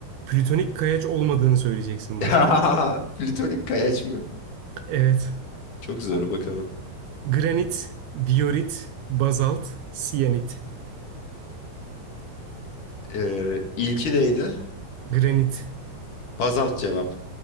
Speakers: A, on the right; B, on the left.
A: plütonik kayaç olmadığını söyleyeceksin
B: <laughs>
A: bana.
B: Plütonik kayaç mı?
A: Evet.
B: Çok zor bakalım.
A: Granit, diorit, bazalt, siyanit.
B: Ee, ilki neydi?
A: Granit.
B: Bazalt cevap.